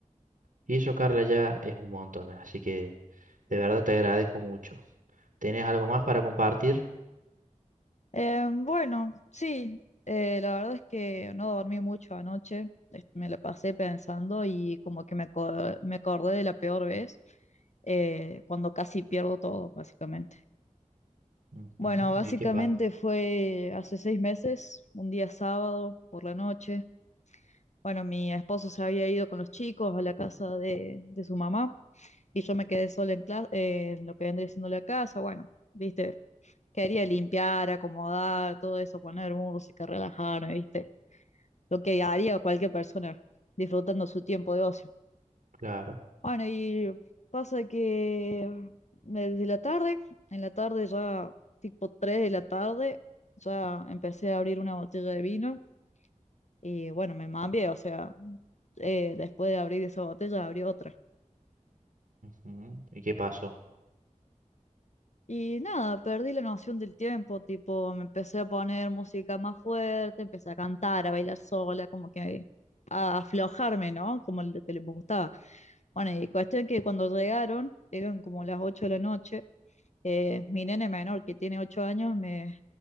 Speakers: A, on the right (about 80°); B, on the left (about 60°).
A: Y eso, Carla, ya es un montón, así que de verdad te agradezco mucho. ¿Tenés algo más para compartir?
B: Eh, bueno, sí, eh, la verdad es que no dormí mucho anoche, es- me la pasé pensando y como que me, aco- me acordé de la peor vez, eh, cuando casi pierdo todo, básicamente.
A: Ujú,
B: Bueno, básicamente
A: ¿Y qué pasó?
B: fue hace seis meses, un día sábado por la noche. Bueno, mi esposo se había ido con los chicos a la casa de, de su mamá y yo me quedé sola en, cla- eh, en lo que vendría siendo la casa, bueno. Viste, Quería limpiar, acomodar, todo eso, poner música, relajarme, ¿viste? Lo que haría cualquier persona disfrutando su tiempo de ocio.
A: Claro.
B: Bueno, y pasa que desde la tarde, en la tarde ya, tipo 3 de la tarde, ya empecé a abrir una botella de vino y bueno, me mambié, o sea, eh, después de abrir esa botella, abrí otra.
A: ujú, ¿Y qué pasó?
B: Y nada, perdí la noción del tiempo, tipo, me empecé a poner música más fuerte, empecé a cantar, a bailar sola, como que a aflojarme, ¿no? Como lo que les gustaba. Bueno, y cuestión que cuando llegaron, eran como las 8 de la noche, eh, mi nene menor, que tiene 8 años, me,